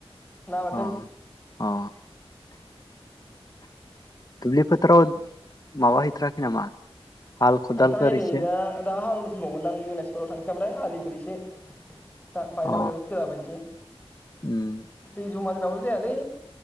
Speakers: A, on the left; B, on the left.
A: ना बाथोन
B: अ' अ' दुब्लि फोथाराव माबा हैैथाराखै नामा? हाल खदालफोर
A: थांथाराखै नै
B: एसे
A: दा दा हालौ गौमोन दां बिलासिफोराव थांसै नामाथाय आलिफोर एसे दा बायला
B: अ
A: बायनायखौ खोला बायनिसै
B: उम
A: दै जमा जोनावबो जायालै